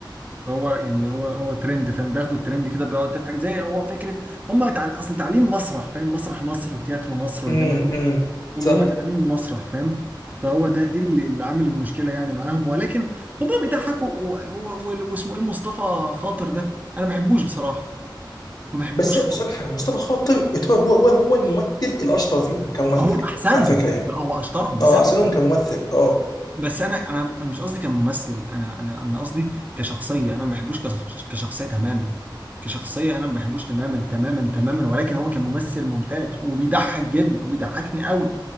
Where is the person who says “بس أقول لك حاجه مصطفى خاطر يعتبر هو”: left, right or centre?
Left